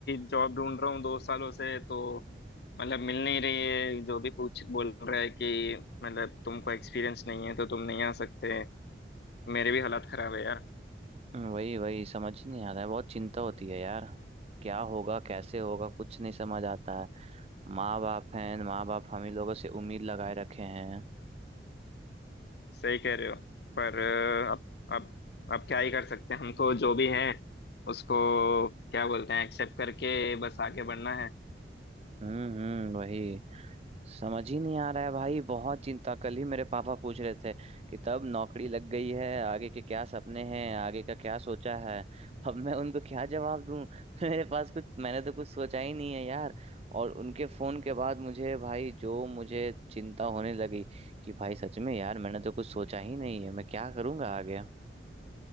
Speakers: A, on the left (about 60°); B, on the right (about 35°).
A: जॉब ढूंढ रहा हूँ दो सालों से तो मतलब मिल नहीं रही है जो भी पूछ बोल रहा है कि मतलब तुमको एक्सपीरियंस नहीं है तो तुम नहीं आ सकते मेरे भी हालात खराब है यार
B: वही वही समझ ही नहीं आ रहा है बहुत चिंता होती है यार क्या होगा कैसे होगा कुछ नहीं समझ आता है माँ बाप हैं माँ बाप हम ही लोगों से उम्मीद लगाए रखे हैं
A: सही कह रहे हो पर अ, अब अब अब क्या ही कर सकते हैं हमको जो भी है उसको क्या बोलते हैं एक्सेप्ट करके बस आगे बढ़ना है
B: हम्म हम्म वही समझ ही नहीं आ रहा है भाई बहुत चिंता कल ही मेरे पापा पूछ रहे थे कि तब नौकरी लग गई है आगे के क्या सपने हैं आगे का क्या सोचा है अब मैं उनको क्या जवाब दूं <laughs> मेरे पास कुछ मैंने तो कुछ सोचा ही नहीं है यार और उनके फोन के बाद मुझे भाई जो मुझे चिंता होने लगी कि भाई सच में यार मैंने तो कुछ सोचा ही नहीं है मैं क्या करूंगा आगे